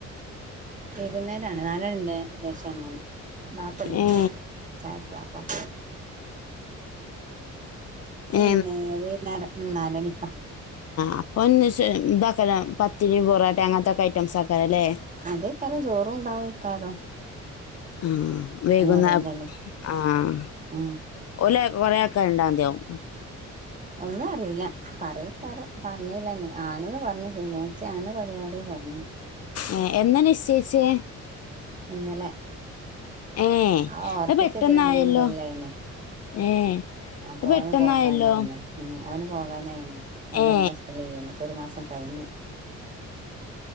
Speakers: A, on the right (about 25°); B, on the left (about 55°).
A: വൈകുന്നേരംണ് നാലരന്റെ ശേഷാണ് ബാപ്പന്ന്.
B: ഏ
A: ചാടുപ്പ
B: ഏ
A: എന്നെ വ നേരം. ഉം നാലണിക്കാ.
B: അപ്പൊന്ന് താക്കാരം പത്തിരി പൊറോട്ട അങ്ങനത്തെൊക്കെ ഐറ്റംസ് ആകാരംല്ലേ.
A: അതേ കാരം ചോറും ഉണ്ടാവക്കാരം..
B: ഉം വേകുന്ന
A: അറിയില്ലല്ലോ
B: ആഹ.
A: ഉം
B: ഒല കൊറയാക്കൻണ്ട അതിയാവും.
A: ഒന്നും അറിയില്ല പറയക്കാരോ പറഞ്ഞില്ല നീ ആണന്ന് പറഞ്ഞു. ശനിയാഴ്ച്ചാണ് പരിപാടി പറഞ്ഞത്
B: ഏ എന്നാ നിശ്ചയിച്ചേ?
A: ഇന്നലെ
B: ഏ
A: ആ ഓർപ്പിച്ച
B: അത് പെട്ടെന്നായല്ലോ
A: വച്ച രണ്ട മൂന്ന് കൊല്ലായിനെ..
B: ഏ
A: അപ്പോ
B: അത് പെട്ടെന്നായല്ലോ
A: ഓന് പോകാനായിന്ന ഉ ഓന പോകാനായിന്ന്. ന
B: ഏ
A: രണ്ടാസത്തെീവ്ന്നു ഇപ്പൊ ഒരു മാസം കഴിഞ്ഞു.